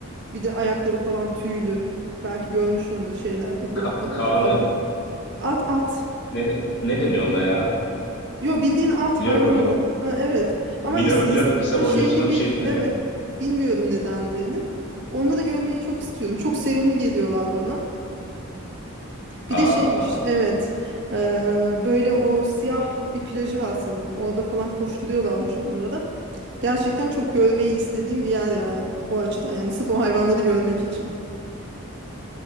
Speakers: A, on the right; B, on the left.
A: bir de ayakları falan tüylü belki görmüşsündür şeylerde
B: Ka-
A: bloklarda
B: Kaan'ı.
A: falan at at
B: Ne, ne deniyor ona ya?
A: yo bildiğin at
B: Biliyorum
A: hayvan olanı
B: onu.
A: ha, evet ama
B: Biliyorum
A: is, is-
B: biliyorum kısa
A: ha,
B: boylusuna
A: şeyini
B: bir
A: bil
B: şey deniyor.
A: evet bilmiyorum nedendiğini onları görmeyi çok istiyorum çok sevimli geliyorlar bana Bir
B: Aa,
A: de şeymiş evet Ee, böyle o siyah bir plajı var sanırım orada falan koşturuyorlarmış bunları. Gerçekten çok görmeyi istediğim bir yer yani o açıdan yani sırf o hayvanları görmek için.